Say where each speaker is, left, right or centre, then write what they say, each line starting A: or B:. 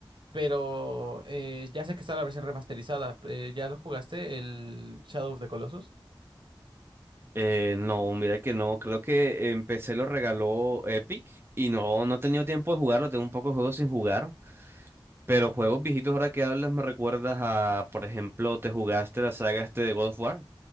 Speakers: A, on the right (about 60°); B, on the right (about 25°).
A: pero eh, ya sé que está la versión remasterizada. Eh, ¿ya lo jugaste? El Shadow of the Colossus.
B: Eh, no, mira que no, creo que empecé lo regaló Epic y no, no he tenido tiempo de jugarlo, tengo un poco de juegos sin jugar. Pero
A: Ujú.
B: juegos viejitos ahora que hablas me recuerdas a, por ejemplo, te jugaste la saga este de God of War.